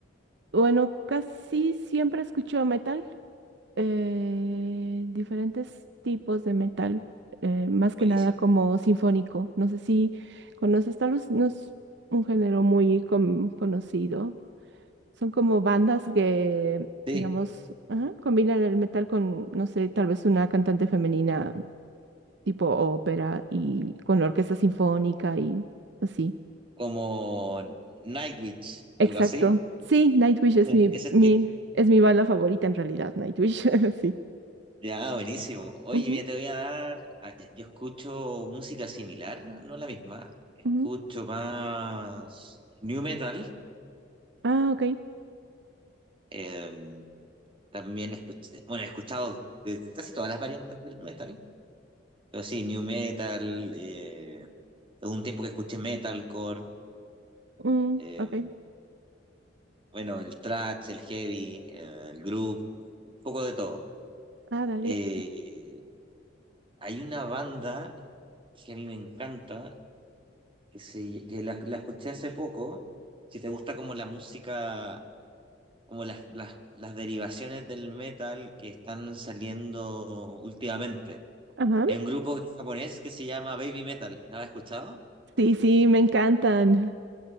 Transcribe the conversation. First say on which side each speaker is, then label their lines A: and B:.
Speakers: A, on the right; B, on the right.
A: bueno, casi siempre escucho metal, eh, diferentes tipos de metal, eh, más que
B: Buenísimo.
A: nada como sinfónico. No sé si conoces, tal vez no es un género muy com- conocido. Son como bandas que,
B: Sí,
A: digamos, ajá, combinan el metal con, no sé, tal vez una cantante femenina tipo ópera y con la orquesta sinfónica y así.
B: como Nightwish,
A: Exacto.
B: algo así.
A: Sí, Nightwish es
B: <laughs>
A: mi,
B: Ese estilo.
A: mi, es mi banda favorita en realidad, Nightwish, <laughs> sí.
B: Ya, buenísimo. Oye,
A: Ujú,
B: mira, te voy a dar. ah, Yo escucho música similar, no la misma. Escucho
A: ujú.
B: más new metal.
A: Ah, ok.
B: em, También escuché, bueno, he escuchado eh, casi todas las variantes del metal, pero sí, new metal, eh, hubo un tiempo que escuché metalcore,
A: Mm,
B: eh,
A: ok.
B: bueno, el thrash, el heavy, eh, el groove, un poco de todo.
A: Ah, dale.
B: Eh, hay una banda que a mí me encanta, que, se, que la, la escuché hace poco, si te gusta como la música, como las, las, las derivaciones del metal que están saliendo últimamente.
A: Ajá.
B: Hay un grupo que es japonés que se llama Baby Metal. ¿Lo has escuchado?
A: Sí, sí, me encantan.